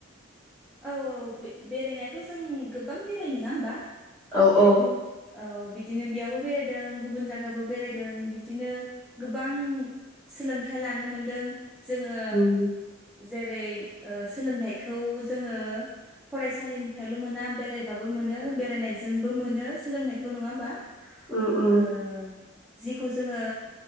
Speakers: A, in the centre; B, on the left (about 15°).
A: औ औ बे बेरायनायाथ' जों गोबां बेराय नोङा होमबा
B: औ औ
A: औ बिदिनो बेयावबो बेरायदों गुबुन जायगाबो बेरायदों बिदिनो गोबां सोलोंथाइ लानो मोनदों जोङो
B: उम
A: जेरै ओ सोलोंथाइखौ जोङो फरायसालिनिफ्रायल' मोना बेरायबाबो मोनो बेरायनायजोंबो मोनो सोलोंनायखौ नङा होमबा
B: उम उम
A: ओ जिखौ जोङो